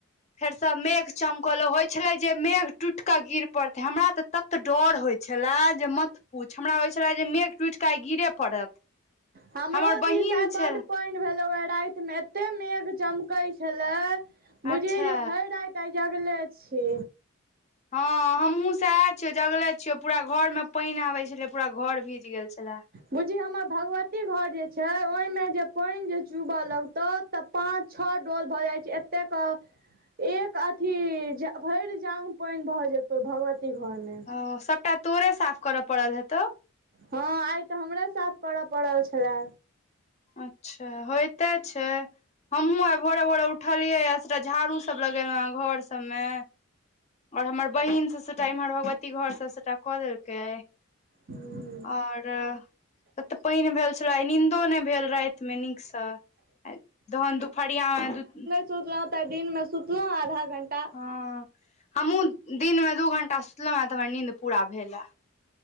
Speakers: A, on the left; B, on the right.
A: फेर स मेघ चमकले होइ छले। जे मेघ टूट क गिर पड़ते हमरा त तत डर होय छले। जे मत पूछ हमरा त होइ छले। जे मेघ टूट के आइ गिरे पड़त।
B: हमरो
A: हमर बहिन
B: दिस आइ बड
A: छल
B: पानि भेलो हे राति मे एत्ते मेघ चमकई छले। बुझी
A: अच्छा
B: जे भरि रात आइ जगले छी।
A: हँ हमहुँ स आए छियै। जगले छियै। पूरा घर में पानि आबे छले। पूरा घर भीज गेल छले।
B: बूजी हमर भगवती घर जे छै। ओहिमे जे पानि जे चूबय लगतऊ। तऽ पाँच छओ डोल भऽ जाइ छै। एतेक एक अथी भरि जांग पानि भए जेतो भगवती घर में।
A: ओ सबटा तोरे साफ कर पडल हे तोऽ
B: हँ आइ तऽ हमरे साफ करऽ पड़ल छलए।
A: अच्छा होयइते छै। हमहु आइ भोरे भोरे उठलियै आ सबटा झाड़ू सब लगेलहुँ ह घर सबमें। और हमर बहिन सब सबटा इम्हर भगवती घर सब सबटा कऽ देलकै।
B: ह <unintelligible>
A: और ओते पानि भेल छले नींदो नहि भेल राति मे नीक स तहन दुपहरिया मे
B: सुतलहुं तऽ दिनं में सुतलहुं आधा घंटा।
A: हँ हमहुँ दिनमे दू घंटा सुतलहुँ हे तऽ हमरा नींद पूरा भेल ह।